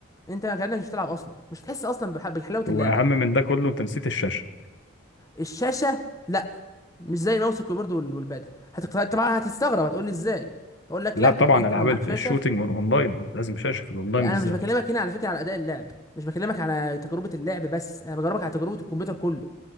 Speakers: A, on the left; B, on the left.
A: انت كانك مش بتلعب اصلا مش هتحس اصلا بح- بحلاوه
B: وأهم
A: اللعبه
B: من ده كله أنت نسيت الشاشة
A: الشاشه لا مش زي الماوس والكيبورد وال- والباده هتقت... طبعا هتستغرب هتقول لي ازاي اقول لك
B: لا
A: لا
B: طبعا
A: انت
B: ألعاب
A: لو معاك
B: الف-
A: شاشه
B: الشوتينج والأونلاين لازم شاشة في الأونلاين
A: يعني
B: بالذات
A: انا مش بكلمك هنا على فكره على اداء اللعب مش بكلمك على تجربه اللعب بس انا بجربك على تجربه الكمبيوتر كله